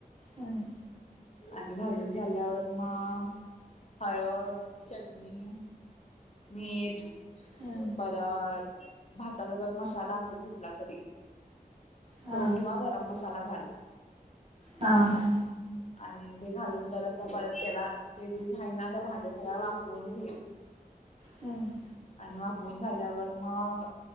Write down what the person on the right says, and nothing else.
हम्.
हा
हा
ह ह.
हम.